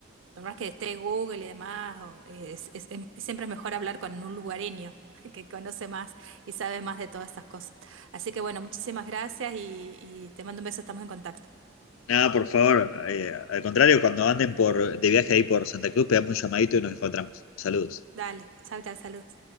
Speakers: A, on the right (about 75°); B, on the left (about 85°).
A: por más que esté Google y demás, o- eh, es- es- em- siempre es mejor hablar con un lugareño <laughs> que conoce más y sabe más de todas estas cosas. Así que bueno, muchísimas gracias y, y te mando un beso, estamos en contacto.
B: Nada, por favor, eh, al contrario, cuando anden por, de viaje ahí por Santa Cruz, pegamos un llamadito y nos encontramos. Saludos.
A: Dale, chao, chao, saludos.